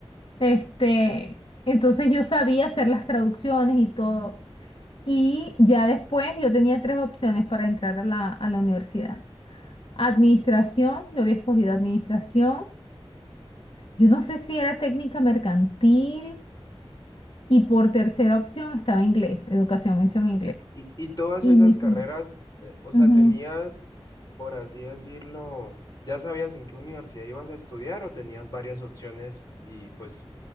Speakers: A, on the left; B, on the left.
A: Este, entonces yo sabía hacer las traducciones y todo. Y ya después yo tenía tres opciones para entrar a la, a la universidad. Administración, yo había escogido administración. Yo no sé si era técnica mercantil. Y por tercera opción estaba inglés, educación,
B: Ok.
A: mención inglés.
B: Y, y todas
A: Y
B: esas
A: me salió.
B: carreras, eh, o sea,
A: Ujú.
B: tenías, por así decirlo, ¿ya sabías en qué universidad ibas a estudiar o tenías varias opciones y pues